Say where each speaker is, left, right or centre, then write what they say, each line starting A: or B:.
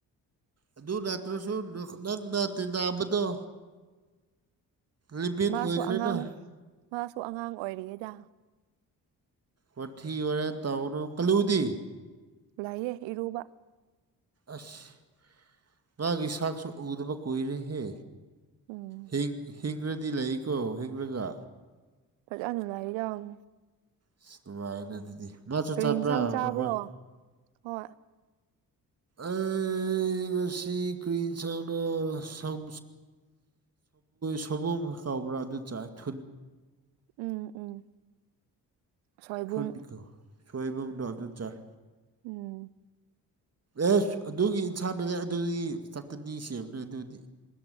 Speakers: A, on the right; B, on the right.
A: ꯑꯗꯨ ꯅꯠꯇ꯭ꯔꯁꯨ ꯅꯪ ꯅ ꯇꯤꯟꯅꯕꯗꯣ ꯂꯤꯃꯤꯠ
B: ꯃꯥꯁꯨ
A: ꯑꯣꯏꯈ꯭ꯔꯦꯅ
B: ꯑꯉꯥꯡ ꯃꯥꯁꯨ ꯑꯉꯥꯡ ꯑꯣꯏꯔꯤꯌꯦꯗ
A: ꯋꯥꯊꯤ ꯋꯥꯔꯦꯝ ꯇꯧꯅꯣ ꯀꯂꯨꯗꯤ
B: ꯂꯥꯏꯌꯦ ꯏꯔꯨꯕ
A: ꯑꯁ ꯃꯥꯒꯤ ꯁꯥꯛꯁꯨ ꯎꯗꯕ ꯀꯨꯏꯔꯦꯍꯦ
B: ꯎꯝ
A: ꯍꯤꯡ ꯍꯤꯡꯉ꯭ꯔꯥꯗꯤ ꯂꯩꯀꯣ ꯍꯤꯡꯔꯒ
B: ꯐꯖꯅ ꯂꯩꯌꯣꯡ
A: ꯑꯁ ꯅꯨꯡꯉꯥꯏꯅꯦ ꯑꯗꯨꯗꯤ ꯃꯥꯁꯨ
B: ꯀꯔꯤ
A: ꯆꯠꯄ꯭ꯔꯥ
B: ꯏꯟꯁꯥꯡ ꯆꯥꯕ꯭ꯔꯣ
A: ꯅꯈꯣꯏ
B: ꯍꯣꯏ
A: ꯑꯦ ꯉꯁꯤ ꯀꯔꯤ ꯏꯟꯁꯥꯡꯅꯣ ꯁꯧ ꯁꯧ <unintelligible> ꯀꯧꯕ꯭ꯔꯥ ꯑꯗꯨ ꯆꯥꯏ <unintelligible>
B: ꯎꯝ ꯎꯝ ꯁꯣꯏꯕꯨꯝ
A: <unintelligible> ꯁꯣꯏꯕꯨꯝꯗꯣ ꯑꯗꯨ ꯆꯥꯏ
B: ꯎꯝ
A: ꯑꯦꯁ ꯑꯗꯨꯒꯤ ꯏꯟꯁꯥꯡꯅꯅꯦ ꯑꯗꯨꯗꯤ ꯆꯥꯛꯇꯅꯤ ꯁꯦꯝꯕꯅꯦ ꯑꯗꯨꯗꯤ